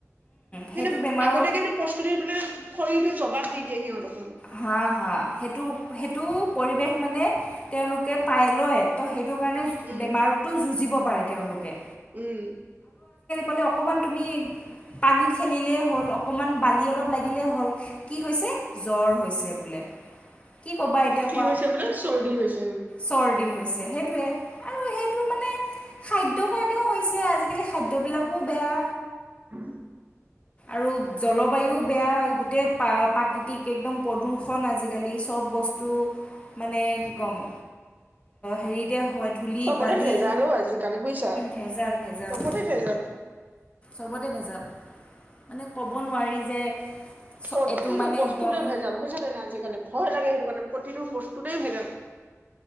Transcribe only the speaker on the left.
সেইটো
বেমাৰৰ
হা - হা। সেইটো - সেইটো পৰিৱেশ মানে তেওঁলোকে পাই লয় তো সেইটো কাৰণে
বেমাৰতো যুজিব। পাৰে তেওঁলোকে।
মানে অকমান কি পানী খেলিলে হল অকণমান পানী লাগিলেই হল। ইলে হ'ল কি হৈছে। জ্বৰ। হৈছে বোলে। কি ক'বা এতিয়া
কোৱা
চৰ্দি হৈছে সেইটোৱে আৰু সেইটো মানে খাদ্যৰ কাৰণেও হৈছে আজিকালি খাদ্যবিলাকো বেয়া।
আৰু জলবায়ু বেয়া গোটেই প্ৰাকৃতিক একদম প্ৰদূৰষণ আজিকালি চব বস্তু মানে কি ক'ম। হেৰিতে হয় ধূলি
বালি
ভেজাল - ভেজাল।
চবতে ভেজাল মানে ক'ব নোৱাৰি যে। চ
এইটো মানে
একদম